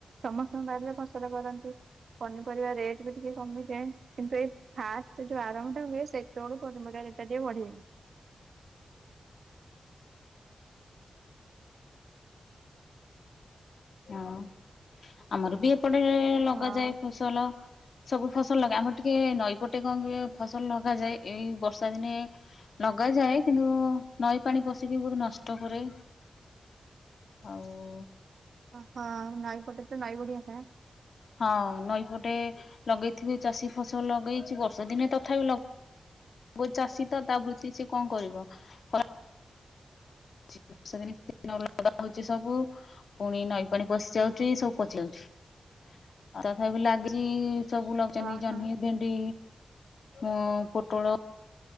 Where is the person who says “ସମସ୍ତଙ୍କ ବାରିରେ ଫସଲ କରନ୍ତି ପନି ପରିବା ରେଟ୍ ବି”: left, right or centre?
Right